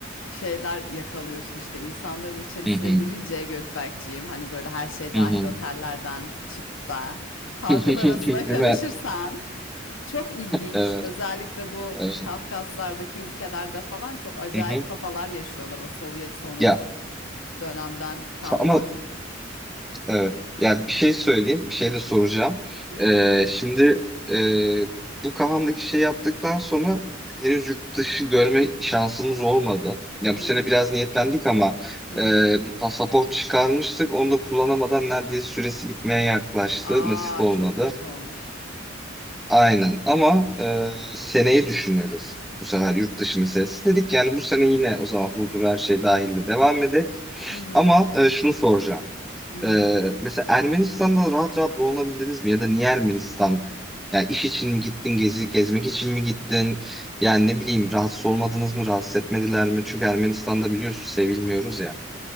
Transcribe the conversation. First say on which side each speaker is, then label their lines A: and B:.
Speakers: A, on the left (about 85°); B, in the centre.
A: şeyler yakalıyorsun işte insanların içerisine
B: Hı hı.
A: girince Gökberkciğim hani böyle her şey
B: Hı
A: dahil
B: hı.
A: otellerden çıkıp da halkın
B: <laughs>
A: arasına
B: Değil mi?
A: karışırsan çok ilginç
B: Evet.
A: özellikle bu
B: Evet.
A: Kafkaslardaki ülkelerde falan çok acayip
B: Hı hı.
A: kafalar yaşıyorlar o Sovyet sonrası
B: Ya
A: dönemden kalma.
B: ama evet. Ya bir şey söyleyeyim. Bir şey de soracağım.
A: Hı hı.
B: Ee, şimdi e, bu kafamdaki şey yaptıktan sonra henüz yurt dışı görme şansımız olmadı. Ya bu
A: Hı
B: sene
A: hı.
B: biraz niyetlendik ama
A: hı.
B: e, bir pasaport çıkarmıştık. Onu da kullanamadan neredeyse süresi bitmeye yaklaştı.
A: Aa
B: Nasip olmadı.
A: çok kötü olmuş.
B: Aynen ama e, seneyi düşünüyoruz. Bu sefer yurt dışı meselesi. Dedik yani bu sene yine o zaman huzur her şey dahilde devam edek.
A: Hı hı.
B: Ama e, şunu soracağım.
A: Hı hı.
B: E, mesela Ermenistan'da rahat rahat dolanabildiniz mi? Ya da niye Ermenistan? Yani iş için mi gittin, gezi, gezmek için mi gittin? Yani ne bileyim rahatsız olmadınız mı, rahatsız etmediler mi? Çünkü Ermenistan'da biliyorsun sevilmiyoruz ya.